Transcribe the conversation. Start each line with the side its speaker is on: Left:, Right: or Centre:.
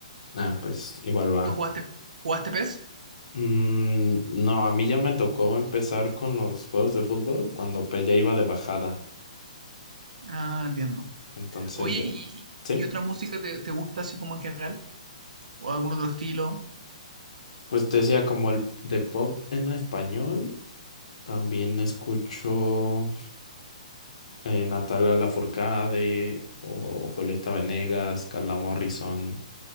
Left: Ah, pues igual va.
Right: ¿Tú jugaste, jugaste PES?
Left: Mm, no, a mí ya me tocó empezar con los juegos de fútbol cuando pues, ya iba de bajada.
Right: Ah, entiendo.
Left: Entonces
Right: Oye,
Left: ya,
Right: ¿y
Left: sí.
Right: qué otra música te, te gusta así como en general? ¿O algún otro estilo?
Left: Pues te decía como el de pop en español, también escucho. eh, Natalia Lafourcade o Julieta Venegas, Carla Morrison,